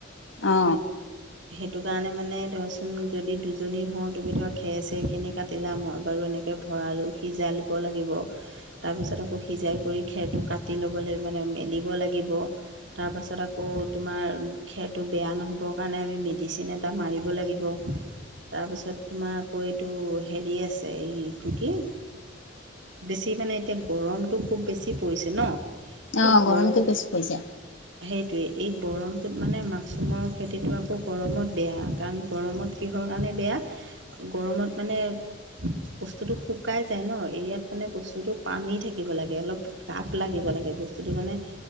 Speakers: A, on the left; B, on the right.
A: অ
B: সেই সেইটো কাৰণে মানে ধৰ চোন যদি দুজনী হওঁ তুমি ধৰ খেৰ চেৰখিনি কাটিলা মই বাৰু এনে কে ভৰালো সিজাই ল'ব লাগিব তাৰপিছত আকৌ সিজাই কৰি খেৰটো কাটি ল'ব লাগিব। মানে মেলিব লাগিব। তাৰপাছত আকৌ তোমাৰ খেৰটো বেয়া নহ'বৰ কাৰণে আমি মেডিচিন এ টা মাৰিব লাগিব। তাৰপিছত তোমাৰ আকৌ এইটো হেৰি আছে এইটো কি বেছি মানে এতিয়া গৰমটো খুব বেছি পৰিছে ন? এই
A: অঁ
B: গৰম
A: গৰমটো বেছি পইচা
B: সেইটোৱেই, এই গৰমটোত মানে মাছৰুমৰ খেতিটো আকৌ গৰমত বেয়া কাৰণ গৰমত কিহৰ কাৰণে বেয়া? গৰমত মানে বস্তুটো শুকাই যায় ন, এৰিয়াত মানে বস্তুটো পানী থাকিব লাগে অলপ গাপ লাগিব লাগে বস্তুটো মানে